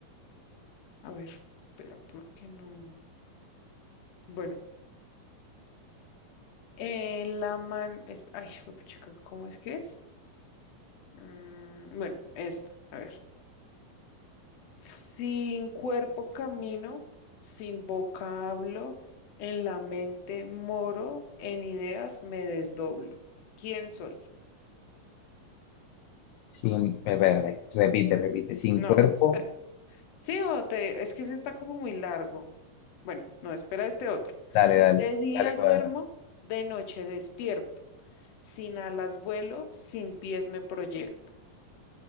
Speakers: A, on the left (about 60°); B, on the left (about 80°).
A: A ver, espera, ¿por qué no? Bueno. Eh, la man... esp- Ay, chica, ¿cómo es que es? Mm, bueno, esto, a ver. Sin cuerpo camino, sin boca hablo, en la mente moro, en ideas me desdoblo. ¿Quién soy?
B: Sin, eh, espérate, repite, repite. Sin
A: No,
B: cuerpo,
A: espera. Sí, o te... es que ese está como muy largo. Bueno, no, espera este otro.
B: dale, dale,
A: De día
B: dale. pues.
A: duermo, de noche despierto. Sin alas vuelo, sin pies me proyecto.